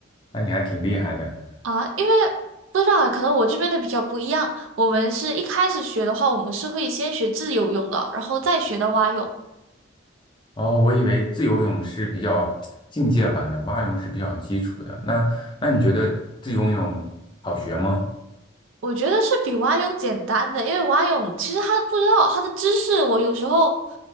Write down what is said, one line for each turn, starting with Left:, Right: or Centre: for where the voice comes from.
Left: 那你还挺厉害的
Right: 啊，因为不知道啊，可能我这边的比较不一样。我们是一开始学的话，我们是会先学自由泳的，然后再学的蛙泳。
Left: 哦。我以为自由泳是比较进阶版的，蛙泳是比较基础的。那那你觉得自由泳好学吗？
Right: 我觉得是比蛙泳简单的，因为蛙泳其实它不知道它的姿势，我有时候